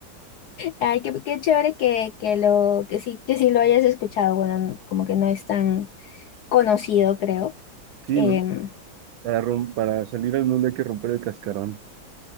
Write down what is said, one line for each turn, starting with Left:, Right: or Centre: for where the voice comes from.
Left: Ay, qué, qué chévere que, que lo, que sí, que sí lo hayas escuchado. Bueno, n- como que no es tan conocido, creo.
Right: Sí,
Left: Em,
Right: ¿no? Para, rom- para salir al mundo hay que romper el cascarón.